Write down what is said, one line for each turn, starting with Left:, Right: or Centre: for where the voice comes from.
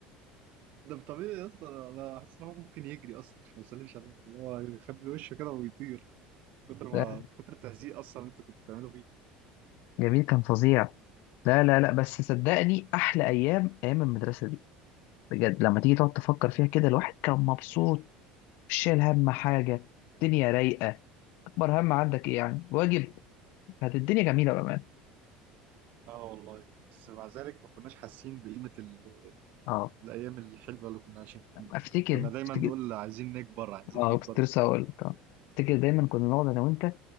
Right: ده طبيعي يا اسطى انا حاسس ان هو ممكن يجري اصلا ما يسلمش عليك اللي هو يخبي وشه كده ويطير كتر ما
Left: لا،
Right: كتر التهزيق اصلا اللي انت كنت بتعمله فيه
Left: جميل كان فظيع لا لا لا بس صدقني احلى ايام ايام المدرسه دي بجد لما تيجي تقعد تفكر فيها كده الواحد كان مبسوط مش شايل هم حاجه الدنيا رايقه اكبر هم عندك ايه يعني واجب كانت الدنيا جميله بأمان
Right: اه والله بس مع ذلك ما كناش حاسين بقيمة ال...
Left: اه
Right: الأيام الحلوة اللي كنا عايشين
Left: افتكر
Right: كنا دايما
Left: افتكر
Right: نقول عايزين نكبر عايزين
Left: اه
Right: نكبر
Left: كنت لسه هقول لك اه افتكر دايما كنا نقعد انا وانت